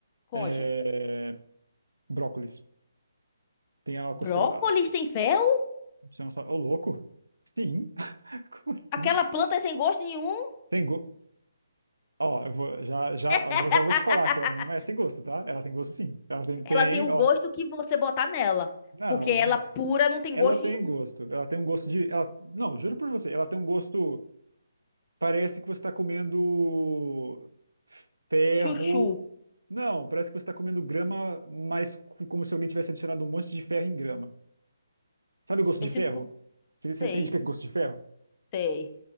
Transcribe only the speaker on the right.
É... Brócolis. Tem a
consideração.
Você não sabe. Ô, louco? Sim? <laughs> Como assim?
Tem go... Ó, eu vou, já, já,
eu vou- já vou te falar que ela não é sem gosto, tá? Ela tem gosto sim. Ela tem, tem,
ó.
Não.
Ela
tem
gosto. Ela tem um gosto de. Ela... Não, juro por você. Ela tem um gosto. Parece que você está comendo ferro.
Não, parece que você está comendo grama, mas co- como se alguém tivesse adicionado um monte de ferro em grama. Sabe o gosto
de
ferro?
Você, você
entende o que é gosto de ferro?